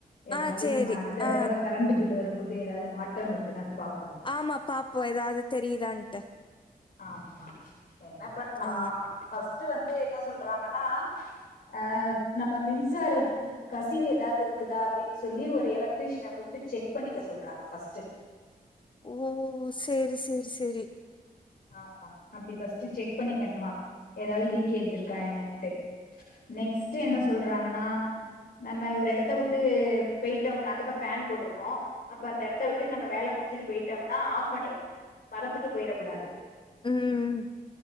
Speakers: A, on the left; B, on the left.
A: எதாவது
B: ஆ சேரி.
A: நம்ம அடுத்த
B: ஆ
A: தடவ கரண்ட்டு பில்லு வரும்போது எதாவது மாற்றம் இருக்குதான்னு பாப்போம்
B: ஆமா பாப்போம் எதாவது தெரியுதான்ட்டு
A: ஆமா என்ன பண்ணலாம்
B: ஆ.
A: ஃபஸ்ட்டு வந்து என்ன சொல்றாங்கன்னா ஆ நம்ம மின்சாரத் கசிவு எதாவது இருக்குதா அப்டின் சொல்லி ஒரு எலக்ட்ரீஷியன கூப்ட்டு செக் பண்ணிக்க சொல்றாங்க பஸ்ட்டு
B: ஓ செரி செரி செரி
A: ஆமா அப்டி பஸ்ட்டு செக் பண்ணிக்கணுமா எதாவது லீக்கேஜி இருக்கா என்னான்ட்டு நெக்ஸ்ட்டு
B: ம்.
A: என்ன சொல்றாங்கன்னா நம்ம ஒரு எடத்த உட்டு போயிட்டோம்னாக்க இப்ப ஃபேன் போட்டுருக்கோம் அப்ப அந்த எடத்த விட்டு நம்ம வேல முடிச்சிட்டு போயிட்டோம்னா ஆஃப் பண்ணிடணும் மறந்துட்டு போயிற கூடாது
B: ம்